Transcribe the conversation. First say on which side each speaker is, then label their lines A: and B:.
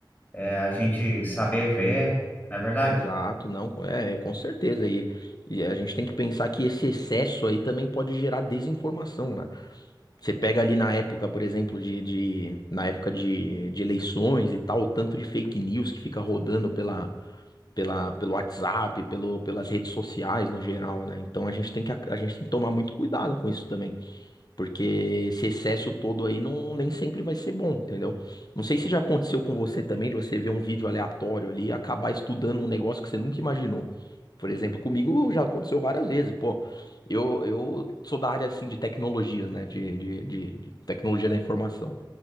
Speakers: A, on the left (about 25°); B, on the left (about 55°).
A: é, a gente saber ver, não é verdade?
B: Exato, não, com- é, é, com certeza. E, e a gente tem que pensar que esse excesso aí também pode gerar desinformação, né? Você pega ali na época, por exemplo, de, de na época de, de eleições e tal, o tanto de fake news que fica rodando pela, pela, pelo WhatsApp, pelo, pelas redes sociais no geral, né? Então a gente tem que, a gente tem que tomar muito cuidado com isso também, porque esse excesso todo aí não, nem sempre vai ser bom, entendeu? Não sei se já aconteceu com você também, de você ver um vídeo aleatório ali e acabar estudando um negócio que você nunca imaginou. Por exemplo, comigo já aconteceu várias vezes, pô. Eu, eu sou da área assim de tecnologias, né? De, de, de, de tecnologia da informação.